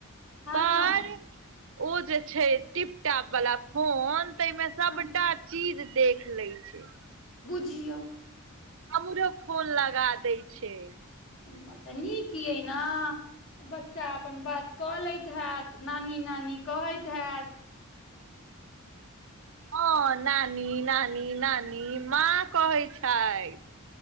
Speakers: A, on the left (about 65°); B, on the right (about 65°).
A: हँ
B: पर ओ जे छै टिपटटाप वालला फोन तमे सबटा
A: हँ
B: चीज देख ले छै
A: बुझियौ
B: हमरो फोन लगा दै छै
A: म तऽ नीक अैना बच्चा अपन बात कऽ लैत हैत नानी नानी कहैत हैत
B: हँ नानी नानी नानी माँ कहै छैथ